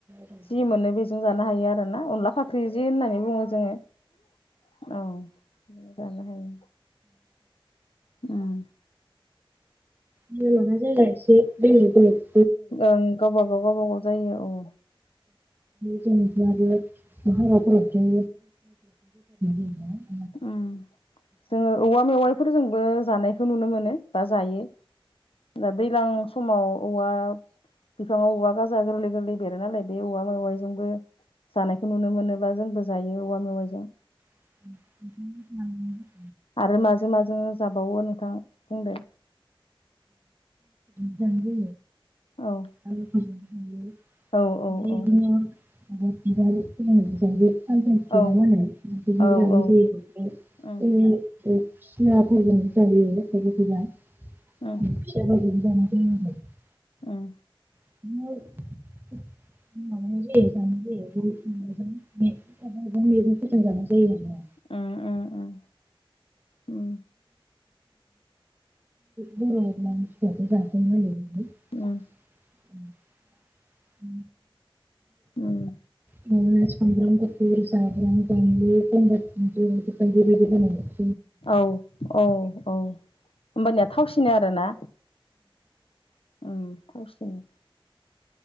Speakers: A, on the right; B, on the left.
A: जायगा
B: जि मोनो बिजों जानो हायो आरो आरो ना अनला फाख्रि जि होननानै बुङो जोङो औ जानो हायो‌। ओम
A: जायगा लाना जायगा इसे बेलेक बेलेक
B: ओं गावबा गाव गावबा गाव जायो औ।
A: जेनेबा बे हाबाफोरावजों <unintelligible> <unintelligible>
B: ओम जोङो औवा मेवाइफोरजोंबो जानायखौ नुनो मोनो। दा जायो दा दैलां समाव औवा बिफाङाव औवा गाजा गोरलै गोरलै बेरो नालाय बे औवा मवायजोंबो जानायखौ नुनो मोनोबा जोंबो- जायो औवा मेवाइजों
A: <inaudible>
B: आरो माजों माजों जाबावो नोंथां बुंदो।
A: मोनजायो
B: औ
A: आरो <inaudible>
B: औ औ
A: <inaudible> बे
B: औ
A: खुसियाफोरजों
B: औ औ
A: जायो
B: उम
A: थायफोरैजा खिफोर ज
B: उम
A: जानाय
B: ओं।
A: न <unintelligible> माब
B: उम
A: जायो <inaudible>
B: उम उम उम।
A: ब मसिथ जाथ होनल
B: उम।
A: <unintelligible>
B: उम
A: मोनसे सामब्राम गुफुर, जाब्रां, बानलु, गंगार धुन्दिया बायदि बायदि मोनो।
B: औ औ औ होमबानिया थावसिनो आरोना? उम थावसिनो।